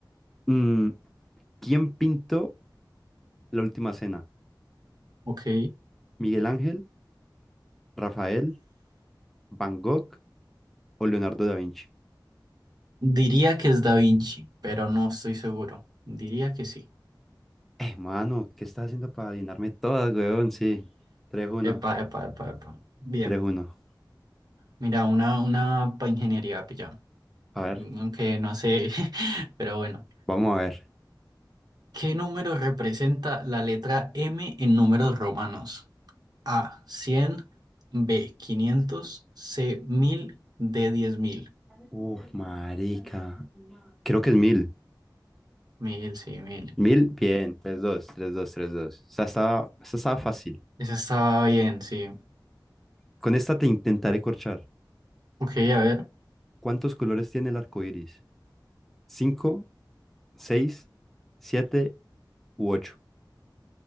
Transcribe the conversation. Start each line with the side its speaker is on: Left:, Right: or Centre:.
Centre: mm, ¿quién pintó La Última Cena?
Right: ok.
Centre: ¿Miguel Ángel, Rafael, Van Gogh o Leonardo da Vinci?
Right: Diría que es Da Vinci, pero no estoy seguro. Diría que sí.
Centre: Eh, mano, ¿qué estás haciendo para adivinarme todas, weón? Sí. tres uno,
Right: Epa, epa, epa, epa. Bien.
Centre: tres uno.
Right: Mira, una, una para ingeniería, pillado.
Centre: A ver,
Right: Aunque no sé, <laughs> pero bueno.
Centre: vamos a ver.
Right: ¿Qué número representa la letra M en números romanos? A, cien B, quinientos C, mil D, diez mil
Centre: Uf, marica. Creo que es mil.
Right: mil sí, mil
Centre: Mil, bien. tres dos, tres dos, tres dos. Esta estaba, esta estaba fácil.
Right: Esa estaba bien, sí.
Centre: Con esta te intentaré corchar.
Right: Ok, a ver,
Centre: ¿Cuántos colores tiene el arco iris? ¿Cinco, seis, siete u ocho?